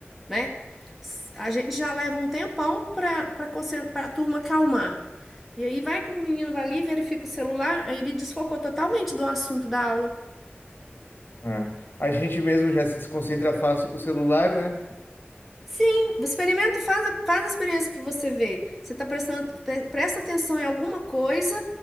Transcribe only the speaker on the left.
É. A gente mesmo já se desconcentra fácil com o celular, né?